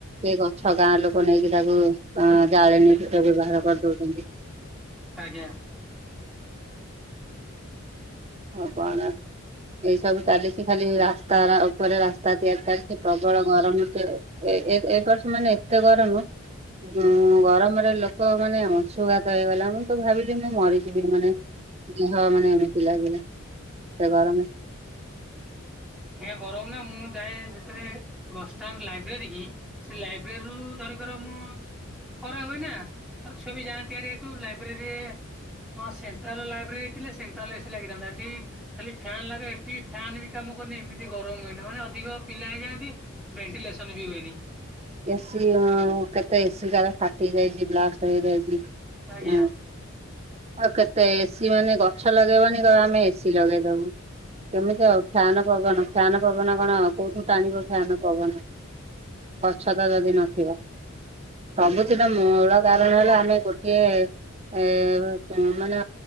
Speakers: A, on the right; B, in the centre.
A: ସେ ଗଛ ଗାଁ ଲୋକ ନେଇକି ତାକୁ ଜାଳେଣୀ ସହିତ ବ୍ୟବହାର କରିଦଉଛନ୍ତି।
B: ଆଜ୍ଞା।
A: ଆଉ କଣ ଏଇ ସବୁ ଚାଲିଛି ଖାଲି ରାସ୍ତାରା ଉପରେ ରାସ୍ତା ତିଆରି ଚାଲିଛି ପ୍ରବଳ ଗରମ ସେ ଏ ଏ ଏବର୍ଷ ମାନେ ଏତେ ଗରମ ହୁଁ। ଗରମରେ ଲୋକ ମାନେ ଅଂଶୁଘାତ ହେଇଗଲା ମୁଁ ତ ଭାବିଲି ମୁଁ ମରିଯିବି ମାନେ। ଦେହ ମାନେ ଏମିତି ଲାଗିଲା ସେ ଗରମ
B: ଆଜ୍ଞା ଗରମ ନା ମୁଁ ଯାଏ ଯେତବେଳେ ବସଷ୍ଟାଣ୍ଡ ଲାଇବ୍ରେରୀ କି ସେ ଲାଇବ୍ରେରୀରୁୁ ଧ ମୁଁ ଖରା ହୁଏ ନା ଛୁଆ ବି ଯାଆନ୍ତି ହାରି ଏଠୁ ଲାଇବ୍ରେରୀରେ ହଁ ସେଣ୍ଟ୍ରାଲ ଲାଇବ୍ରେରୀ ଥିଲେ ସେଣ୍ଟ୍ରାଲ ଏସି ଲାଗିଥାନ୍ତା ଏଠି ଖାଲି ଫ୍ୟାନରାକ ଏଠି ଫ୍ୟାନ ବି କାମ କରୁନି ଏମିତି ଗରମ ହୁଏନି ମାନେ ଅଧିକ ପିଲା ହେଇଯାଆନ୍ତି ଭେଣ୍ଟିଲେସନ ବି ହୁଏନି।
A: ଏସି ଅ କେତେ ଏସି ସେଇଡ଼ା ହେଲା ଫାଟି ଯାଇଚି ବ୍ଲାଷ୍ଟ ହେଇଯାଇଚି ଉଁ
B: ଆଜ୍ଞା
A: ଆଉ କେ ତ ଏସିି ମାନେ ଗଛ ଲଗେଇବନି କହିବ ଆମେ ଏସି ଲଗେଇଦବୁ। କେମିତି ଆଉ ଫ୍ୟାନ ପବନ ଫ୍ୟାନ ପବନ କଣ କୋଉଠୁ ଟାଣିବ ଫ୍ୟାନ ପବନ। ଗଛ ତ ଯଦି ନଥିବ ସବୁଥିର ମୂଳ କାରଣ ହେଲା ଆମେ ଗୋଟିଏ ଏ ବା ମାନେ